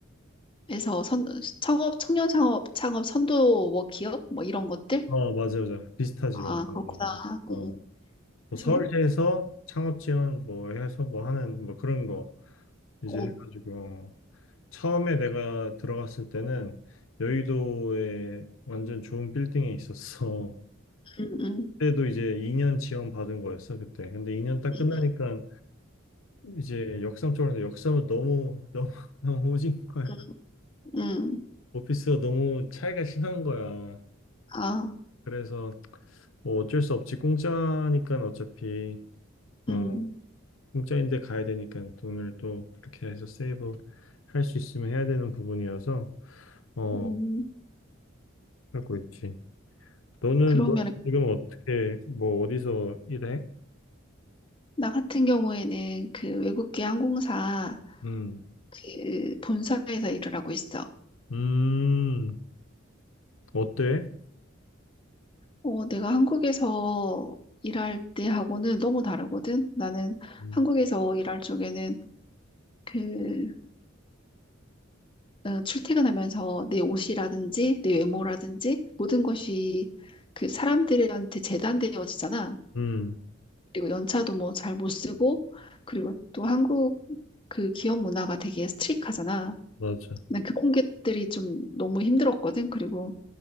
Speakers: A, on the left; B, on the left.
A: 창업에서 선, 창업, 청년 창업, 창업 선도 뭐 기업 뭐 이런 것들?
B: 어, 맞아, 맞아. 비슷하지, 맞아,
A: 아,
B: 맞아,
A: 그렇구나.
B: 맞아. 어,
A: 음,
B: 뭐
A: 그래서,
B: 서울시에서 창업 지원 뭐 해서 뭐 하는 뭐 그런 거 이제
A: 어,
B: 해가지고 어. 처음에 내가 들어갔을 때는 여의도에 완전 좋은 빌딩에 있었어.
A: 음, 음,
B: 그때도 이제 2년 지원 받은 거였어 그때. 근데 2년 딱
A: 음,
B: 끝나니까 이제 역삼 쪽으로 했는데 역삼은 너무 너무 <laughs> 너무 오진 거야.
A: 음, 음, 음.
B: 오피스가 너무 차이가 심한 거야.
A: 아,
B: 그래서 뭐 어쩔 수 없지 공짜니까 어차피 어
A: 음,
B: 공짜인데 가야 되니까 돈을 또 그렇게 해서 세이브 할 수 있으면 해야 되는 부분이어서 어
A: 음.
B: 하고 있지. 너는
A: 그러면
B: 너는 지금 어떻게 뭐 어디서 일해?
A: 나 같은 경우에는 그 외국계 항공사
B: 음.
A: 그 본사에서 일을 하고 있어.
B: 음 어때?
A: 어, 내가 한국에서 일할 때하고는 너무 다르거든. 나는
B: 음,
A: 한국에서 일할 쪽에는 그 어, 출퇴근하면서 내 옷이라든지 내 외모라든지 모든 것이 그 사람들한테 재단되어지잖아.
B: 음,
A: 그리고 연차도 뭐 잘 못 쓰고 그리고 또 한국 그 기업 문화가 되게 스트릭하잖아.
B: 맞아.
A: 난 그런 것들이 좀 너무 힘들었거든. 그리고